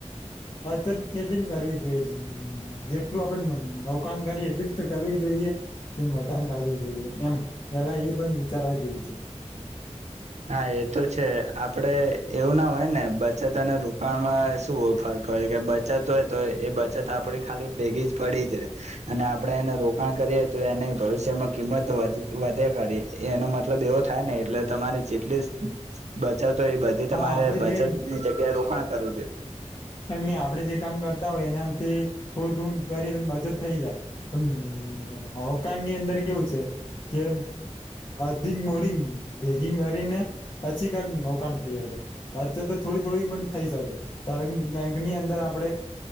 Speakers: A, on the left; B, on the right.
A: બચત કેટલી કરવી જોઈએ જેટલું આપડે નોકાણ કરીએ એટલી જ કરવી જોઈએ. કેમ વધા કરવી જોઈએ એમ પેલા એ પણ વિચારવા જેવું છે.
B: <inaudible> એ તો છે આપડે એવું ના હોય ને બચત અને રોકાણમાં શું હોય ફરક હોય કે. બચત હોય તો એ બચત આપડી ખાલી ભેગી જ પડી જ રે અને આપડે એને રોકાણ કરીએ તો. એની ભવિષ્યમાં કિંમત વધે ખરી એનો મતલબ એવો થાય ને એટલે તમારી. જેટલી બચત હોય એ બધી તમારે
A: હા આપડે
B: બચત
A: જે
B: ની જગ્યાએ રોકાણ કરવું જોઈએ.
A: એમની આપડે જે કામ કરતા હોય એને આમ તે થોડું-થોડું કરી બચત થઈ જાય. પણ હવકાની અંદર કેવું છે કે બધી મૂડી ભેગી કરીને પછી કક પણ થઈ હગે. પછી તો થોડી-થોડી પણ થઈ શકે. કાર બેંકની અંદર આપડે